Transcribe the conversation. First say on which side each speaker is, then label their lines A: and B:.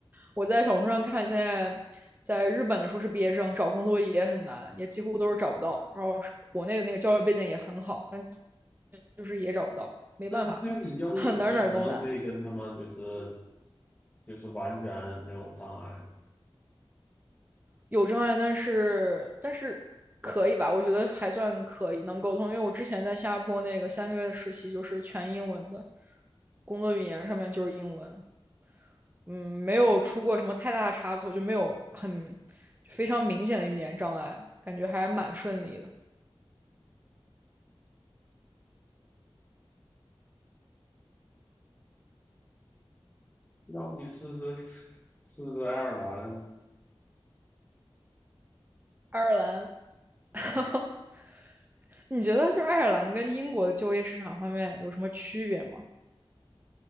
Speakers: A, on the right; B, on the left.
A: 我在小红书上看，现在在日本的硕士毕业生找工作也很难，也几乎都是找不到。然后国内的那个教育背景也很好，但就是也找不到，没办法，
B: 那那你英语的话，
A: <laughs> 哪儿哪儿都难，
B: 你就可以跟他们就是就是完全没有障碍嘛。
A: 有障碍，但是但是可以吧？我觉得还算可以，能沟通。因为我之前在新加坡那个三个月的实习就是全英文的，工作语言上面就是英文，嗯，没有出过什么太大的差错，就没有很非常明显的语言障碍，感觉还蛮顺利的。
B: 要不你试试试试爱尔兰，
A: 爱尔兰。<laughs> 你觉得就是爱尔兰跟英国的就业市场方面有什么区别吗？